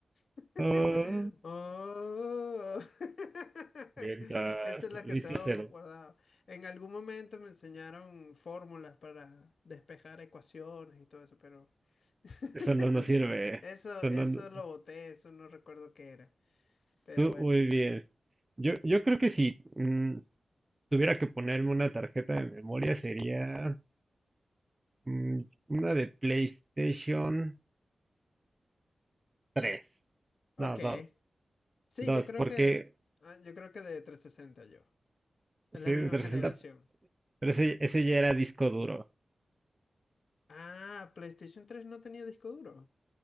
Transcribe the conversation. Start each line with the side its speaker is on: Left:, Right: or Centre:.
Left: <laughs>
Right: Ah,
Left: Oh, <laughs>
Right: Mientras,
Left: esa es la
Right: viste
Left: que tengo
Right: cero.
Left: guardada. En algún momento me enseñaron fórmulas para despejar ecuaciones y todo eso, pero... <laughs>
Right: Eso no nos sirve. ¿eh?
Left: Eso,
Right: Eso
Left: eso
Right: no, no-
Left: lo boté, eso no recuerdo qué era. Pero
Right: tú,
Left: bueno.
Right: muy bien. Yo, yo creo que si mm, tuviera que ponerme una tarjeta de memoria sería mm, una de PlayStation tres.
Left: Ok.
Right: No, dos.
Left: Sí,
Right: Dos,
Left: yo creo
Right: porque
Left: que. ah, Yo creo que de 360 yo. Es
Right: sí,
Left: la misma
Right: de 360
Left: generación.
Right: Pero ese, ese ya era disco duro.
Left: Ah, PlayStation 3 no tenía disco duro.